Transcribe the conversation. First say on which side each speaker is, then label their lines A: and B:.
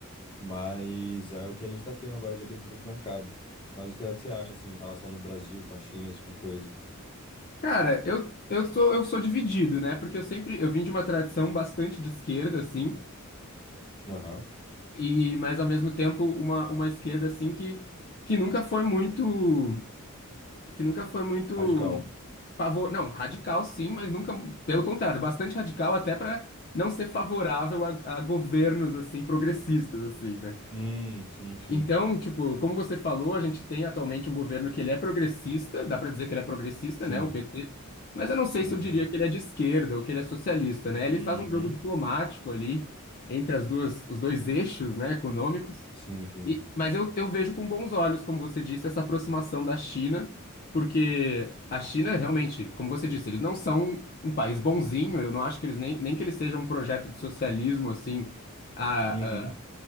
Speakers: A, on the left; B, on the left.
A: Mas é o que a gente tá tendo agora de abertura pro mercado. Mas o que é que você acha, assim, em relação do Brasil com a China, esse tipo de coisa?
B: Cara, eu, eu sou, eu sou dividido, né? Porque eu sempre eu vim de uma tradição bastante de esquerda, assim.
A: Aham.
B: e mas ao mesmo tempo uma, uma esquerda assim que, que nunca foi muito que nunca foi muito
A: Radical.
B: favor, não, radical sim, mas nunca, pelo contrário, bastante radical até para não ser favorável a, a governos assim progressistas assim, né?
A: Hum, sim, sim.
B: Então, tipo, como você falou, a gente tem atualmente um governo que ele é progressista, dá para dizer que ele é progressista,
A: Sim,
B: né, o PT. Mas eu não
A: sim,
B: sei se eu
A: sim.
B: diria que ele é de esquerda ou que ele é socialista,
A: Uhum.
B: né? Ele faz um jogo diplomático ali entre as duas, os dois eixos, né, econômicos.
A: Sim, sim.
B: E- mas eu, eu vejo com bons olhos, como você disse, essa aproximação da China, porque a China realmente, como você disse, eles não são um país bonzinho, eu não acho que eles nem, nem que eles sejam um projeto de socialismo assim a-
A: Uhum.
B: a-